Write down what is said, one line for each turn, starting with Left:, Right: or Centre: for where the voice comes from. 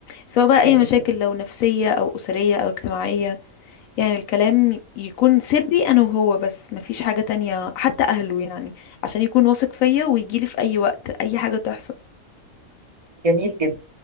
Left: سواء بقى
Right: حلو
Left: اي مشاكل
Right: جدا
Left: لو نفسية او اسرية او اجتماعية يعني الكلام يكون سري انا وهو بس مفيش حاجة تانية حتى اهله يعني عشان يكون واثق فيا ويجيلي في اي وقت اي حاجة تحصل
Right: جميل جدا